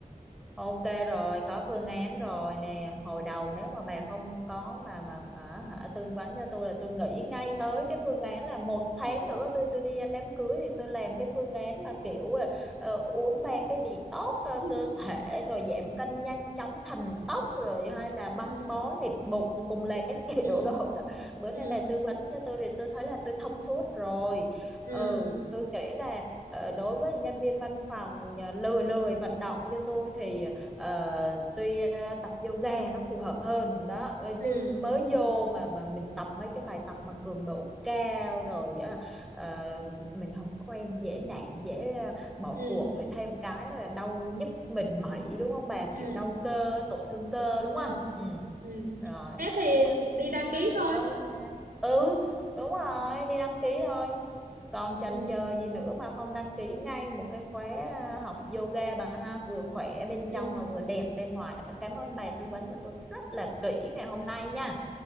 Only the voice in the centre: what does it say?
Ok rồi, có phương án rồi nè. Hồi đầu nếu mà bà không có mà mà mà hả tư vấn cho tôi là tôi nghĩ ngay tới cái phương án là một tháng nữa tôi tôi đi ăn đám cưới thì tôi làm cái phương án mà kiểu ờ, ờ, uống ba cái detox ờ,
cơ thể rồi giảm cân nhanh chóng thành tóc rồi hay là băng
bó nịt bụng cùng là các <laughs>
kiểu đồ đó. Bữa
nay bà tư vấn cho tôi thì tôi thấy là tôi thông suốt rồi.
Ừ, tôi nghĩ là ờ, đối với nhân viên văn phòng ờ, lười lười vận động như tôi thì ờ, tuy ờ, tập yoga nó phù hợp hơn đó ờ,
chứ mới vô mà mà mình tập mấy cái bài tập mà cường độ cao rồi á, ờ, mình không quen dễ nản dễ ờ, bỏ
cuộc rồi thêm cái nữa là đau nhức mình mẩy đúng không bà kiểu
đau cơ tổn thương cơ đúng
không ừ
rồi
cảm ơn bạn
nhiều
ơi sao ừ đúng rồi đi đăng ký thôi còn chần
chờ gì nữa mà không đăng ký ngay một cái khóa à, học yoga bà ha vừa khỏe bên
trong mà vừa đẹp bên ngoài nữa cảm ơn bà tư vấn cho tôi rất là kỹ ngày hôm nay nha